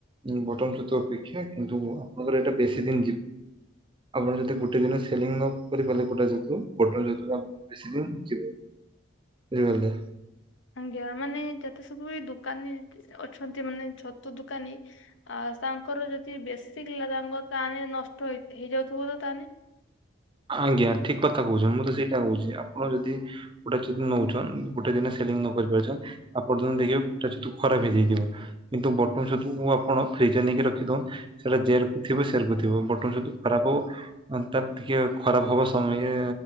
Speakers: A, on the right (about 25°); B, on the left (about 70°).
A: ଉଁ ବଟମ୍ ଛତୁ ଅପେକ୍ଷା କିନ୍ତୁ ଆପଣଙ୍କର ଏଟା ବେଶୀ ଦିନ ଯି ଆପଣ ଯଦି ଗୋଟେ ଦିନ ସି ସେଲିଂ ନ କରି ପାରଲେ କୁଟା ଛତୁ କୁଟା ଛତୁ ଆପଣ ବେଶୀ ଦନ ଯିବ ବୁଝିପାରଲେ?
B: ଆଜ୍ଞା ମାନେ ଯେତେ ସବୁ ଏ ଦୋକାନୀ ଅଛନ୍ତି ମାନେ ଛତୁ ଦୋକାନୀ ଆ ସାଙ୍କର ଯଦି ବେଶୀ କିଲା ତାଙ୍କର ତାହାନେ ନଷ୍ଟ ହେଇ ହେଇଯାଉଥୁବ ତ ତାହାନେ?
A: ଆଜ୍ଞା ଠିକ କଥା କୋହୁଚ ମୁଁ ତ ସେଇଟା କୋହୁଚି ଆପଣ ଯଦି ଗୋଟେ ଚି ନୋଉଚନ୍ ଗୋଟେ ଦିନ ସେଲିଂ ନ କରି ପାରୁଛନ୍ ଆଉ ପର୍ଯ୍ୟନ୍ତ ଦେଖିବେ କୁଟା ଛତୁ ଖରାପ ହେଇଯାଇଥିବ। କିନ୍ତୁ ବଟନ୍ ଛତୁକୁ ମୁଁ ଆପଣ ଫ୍ରିଜରେ ନେଇକି ରଖିଦୋଉଁ ସେଟା ଯେରକୁ ଥିବ ସେରକୁ ଥିବ ବଟନ ଛତୁ ଖରାପ ହବ ମାନ ତାର ଟିକେ ଖରାପ ହବ ସମୟେ